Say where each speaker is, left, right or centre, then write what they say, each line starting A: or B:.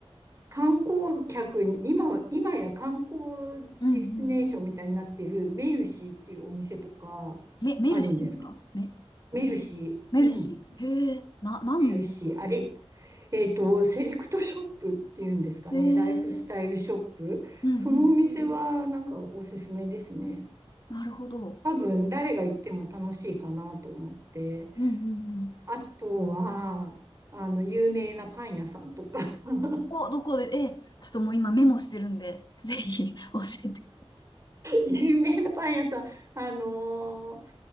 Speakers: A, on the right; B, on the left.
A: 観光客に、今は、今や観光ディスティネーションみたいになっているメルシーっていうお店とかあるんですけど、
B: うんうん。メ、メルシーですかメ、
A: メルシー。
B: メルシー。
A: うん。
B: へえ、な、何のお店ですか
A: 見るし、あれ、えっと、セレクトショップっていうんですかね、
B: へえ、うん
A: ライフスタイルショップ。
B: うん。
A: そのお店はなんかおすすめですね。
B: なるほど。
A: 多分誰が行っても楽しいかなと思って。
B: うんうんうん。
A: あとは、あの、有名なパン屋さんとか <laughs>
B: お、どこで、え、ちょっともう今メモしてるんで、ぜひ <laughs> 教えて。
A: 有名なパン屋さん、あのー